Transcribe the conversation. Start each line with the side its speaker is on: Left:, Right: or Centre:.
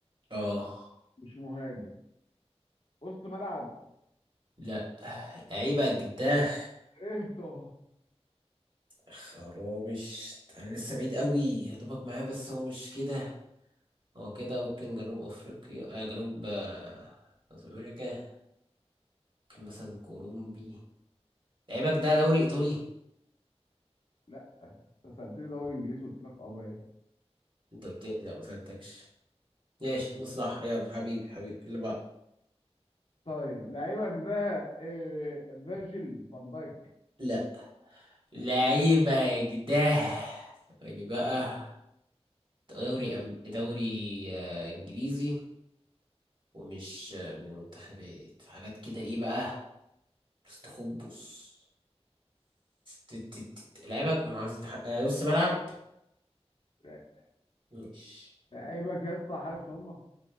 Right: اه
Left: مش مهاجم وسط ملعب
Right: لا لعيبه ده
Left: ايرتو
Right: خرابش انا لسه بعيد قوي هضربك معاه بس هو مش كده هو كده ممكن جنوب افريقيا آه جنوب آه، ساوث امريكا ممكن مثلا كولومبي لعيبك ده دوري ايطالي
Left: لا انت سالتني دوري انجليزي قلت لك اه ايه
Right: انت قلت لي؟ لا ما سالتكش ماشي مصلحة يلا حبيبي حبيبي اللي بعد
Left: طيب لعيبك ده آه فيرجيل فان دايك
Right: لا لعيبة جداه يعني بقى دوري أم... دوري آه، إنجليزي ومش آه، من المنتخبات في حاجات كده إيه بقى استخبص ت- ت- ت- ت- لعيبة ما عايز نص ملعب
Left: لا.
Right: مش
Left: لعيبك يا اسطى حارس مرمى